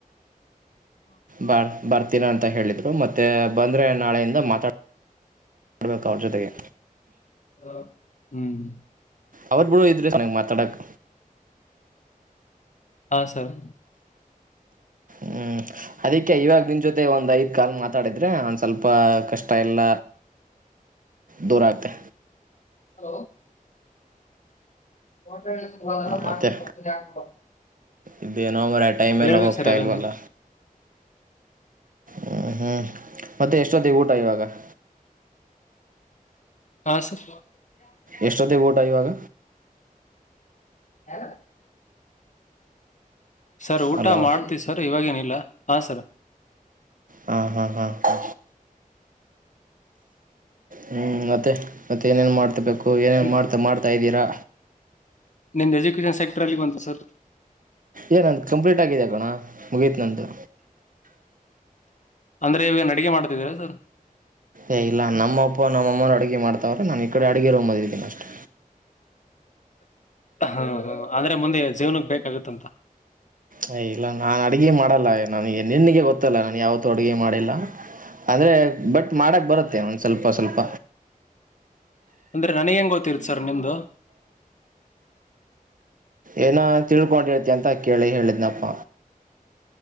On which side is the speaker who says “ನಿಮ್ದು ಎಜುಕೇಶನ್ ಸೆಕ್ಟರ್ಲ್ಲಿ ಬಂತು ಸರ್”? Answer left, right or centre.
Left